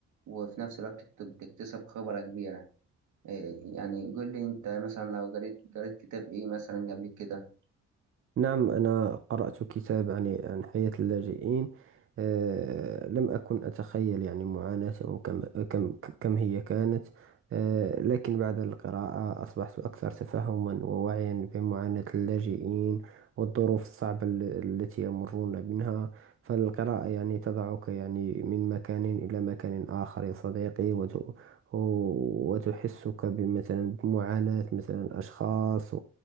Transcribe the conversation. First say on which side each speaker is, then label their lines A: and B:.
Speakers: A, on the right; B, on the right.
A: وفي نفس الوقت بت- بتكتسب خبرة كبيرة إيه، يعني قول لي أنت مثلا لو قريت قريت كتاب إيه مثلا قبل كده
B: نعم أنا قرأت كتاب عن عن حياة اللاجئين أه لم أكن أتخيل يعني معاناتهم كم كم كم هي كانت أه لكن بعد القراءة أصبحت أكثر تفهما ووعيا بمعاناة اللاجئين والظروف الصعبة ال- التي يمرون منها فالقراءة يعني تضعك يعني من مكان إلى مكان آخر يا صديقي وت وتحسك بمثلا بمعاناة مثلا أشخاص